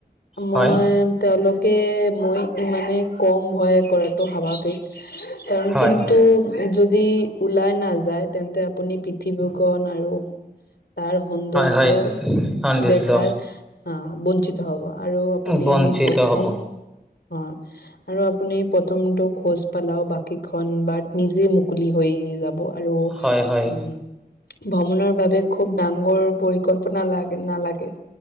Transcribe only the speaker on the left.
মই,
তেওঁলোকে মই ইমানেই কম ভয় কৰাতটো স্বাভাৱিক, কাৰণ
কিন্তু যদি উলাই নাযায় তেন্তে আপুনি গণ আৰু তাৰ সৌন্দৰ্য
দেখাৰ আ বঞ্চিত হ'ব, আৰু আপুনি
প্ৰথম
অ'। আৰু আপুনি প্ৰথমটো খোজ পালাও, বাকীখন বাট নিজে মুকলি হৈ যা। ব আৰু উম
ভ্ৰমণৰ বাবে খুব ডাঙৰ পৰিকল্পনা লাগ নালাগে।